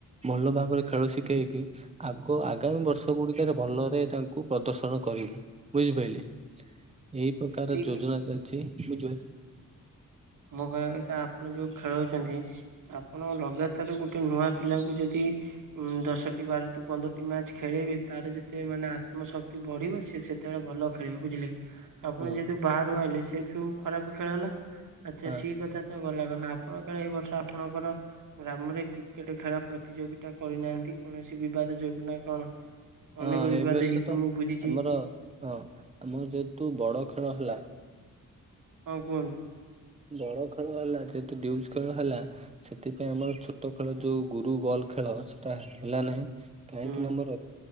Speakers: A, on the right; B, on the right.
A: ଭଲ ଭାବରେ ଖେଳ ଶିକେଇକି ଆଗ ଓ ଆଗାମୀ ବର୍ଷ ଗୁଡିକରେ ଭଲରେ ତାଙ୍କୁ ପ୍ରଦର୍ଶନ କରିବୁ। ବୁଝିପାଇଲେ? ଏଇ ପ୍ରକାର
B: ଠିକ
A: ଯୋଜନା
B: ଅଛି
A: ଚାଲିଛି। ବୁଝିପାଇଲେ?
B: ମୁଁ କହିବା କଥା ଆପଣ ଯୋଉ ଖେଳଉଛନ୍ତି ଆପଣ ଲଗାତାର ଗୋଟେ ନୂଆ ପିଲାଙ୍କୁ ଯଦି ଉଁ ଦଶଟି ବାରଟି ପନ୍ଦରଟି ମ୍ୟାଚ ଖେଳେଇବେ ତାର ଯେତେ ମାନେ ଆ ଆତ୍ମଶକ୍ତି ବଢିବ ସେ ସେତେବେଳେ ଭଲ ଖେଳିବ। ବୁଝିଲେ? ଆପଣ
A: ହୁଁ
B: ଯେହେତୁ ବାହାରୁ ଆଇଁଲେ ସେଇଠୁ ଖରାପ ଖେଳ ହେଲା ଆଚ୍ଛା
A: ହଁ
B: ସିଏ କଥା ତ ଗଲା ଗଲା ଆପଣ କାଳେ ଏ ବର୍ଷ ଆପଣଙ୍କର ଗ୍ରାମରେ କ୍ରିକେଟ ଖେଳ ପ୍ରତିଯୋଗିତା କରିନାହାନ୍ତି କୌଣସି ବିବାଦ ଯୋଗୁନା କଣ?
A: ହଁ
B: ଅନେକ ବିବାଦ
A: ଏବର୍ଷ
B: ହେଇଛି
A: ତ
B: ମୁଁ ବୁଝିଛି
A: ଆମର ହଁ ଆମର ଯେହେତୁ ବଡ ଖେଳ ହେଲା।
B: ହଁ କୁହନ୍ତୁ।
A: ବଡ ଖେଳ ହେଲା ଯେତେ ଡିଉଜ୍ ଖେଳ ହେଲା ସେଥିପାଇଁ ଆମର ଛୋଟ ଖେଳ ଯୋଉ ଗୁରୁ ବଲ ଖେଳ ସେଟା ହେ-ହେଲା ନାହିଁ କାହିଁକି
B: ହୁଁ
A: ନା ଆମର